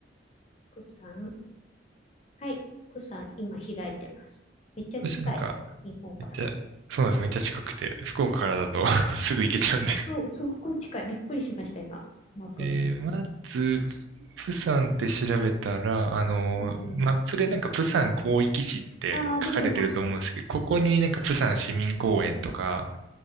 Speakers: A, on the left; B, on the right.
A: プサン。はい。プサン、今開いてます。めっちゃ近い。
B: そしたらなんか、
A: 日本から。
B: めっちゃ、そうなんです。めっちゃ近くて、福岡からだと <laughs> すぐ行けちゃうんで。
A: そう、すっごい近い。びっくりしました、今。マップ見て。
B: で、まず、プサンって調べたら、あの、
A: うんうん。
B: マップでなんかプサン広域市って書かれてると思うんですけど、
A: ああ、出てますね。
B: ここになんかプサン市民公園とか、